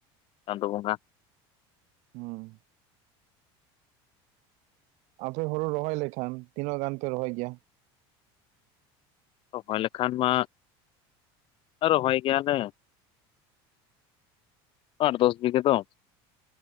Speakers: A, on the left; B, on the right.
A: ᱪᱟᱸᱫᱚ ᱵᱚᱸᱜᱟ
B: ᱦᱩᱸ ᱟᱫᱚ ᱦᱩᱲᱩ ᱨᱚᱦᱚᱭ ᱞᱮᱠᱷᱟᱱ ᱛᱤᱱᱟᱹᱜ ᱜᱟᱱ ᱯᱮ ᱨᱚᱦᱚᱭ ᱜᱮᱭᱟ?
A: ᱨᱚᱦᱚᱭ ᱞᱮᱠᱷᱟᱱ ᱢᱟ ᱨᱚᱦᱚᱭ ᱜᱮᱭᱟᱞᱮ ᱟᱴ ᱫᱚᱥ ᱵᱤᱜᱷᱟᱹ ᱫᱚ